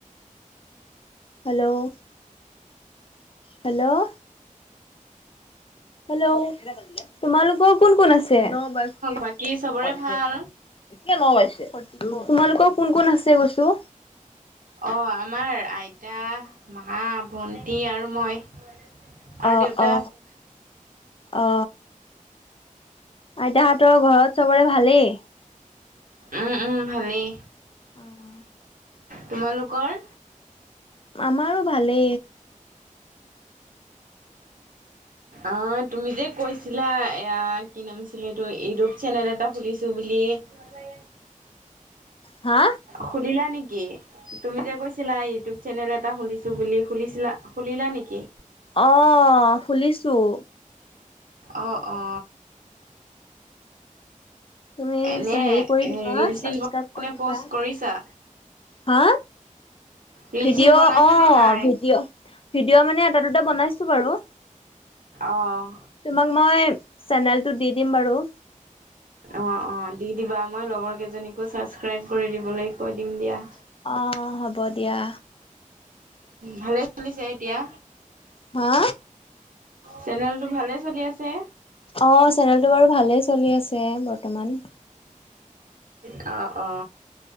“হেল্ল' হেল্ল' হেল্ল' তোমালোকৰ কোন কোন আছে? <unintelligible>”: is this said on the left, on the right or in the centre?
Left